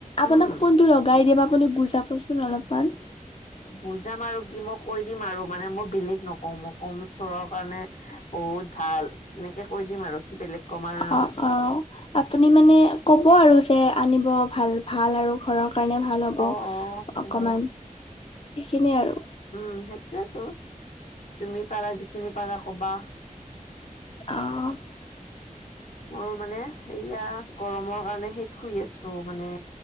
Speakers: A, on the left (about 45°); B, on the left (about 60°).
A: আপোনাক
B: উম
A: কোন টো লগাই দিম আপুনি বুজাবচোন অলপমান।
B: বুজাম আৰু কি মই কৈ দিম আৰু মানে মই বেলেগ নকওঁ মই ক'ম চোৰৰ কাৰণে বহুত ভাল, এনেকে কৈ দিম আৰু কি বেলেগ ক'ম আৰু ন
A: অ, অ, আপুনি মানে ক'ব আৰু যে আনিব ভাল ভাল আৰু ঘৰৰ কাৰণে ভাল হ'ব
B: অ অ
A: অকণমান
B: উম
A: সেইখিনিয়ে আৰু।
B: উম, সেইটোয়েতো তুমি পাৰা যিখিনি পাৰা ক'বা।
A: অ'।
B: মোৰ মানে সেয়া গৰমৰ কাৰণে সেই শুই আছো মানে